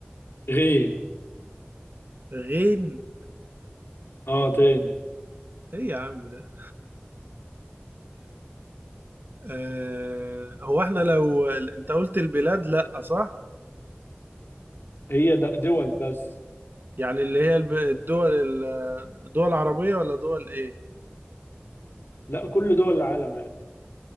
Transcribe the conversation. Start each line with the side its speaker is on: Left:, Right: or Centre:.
Left: غين
Right: غين
Left: اه تاني
Right: ايه يا عم ده آه هو احنا لو انت قلت البلاد لا صح
Left: هي د- دول بس
Right: يعني اللي هي الب- الدول ال- الدول العربية ولا دول ايه
Left: لا كل دول العالم عادي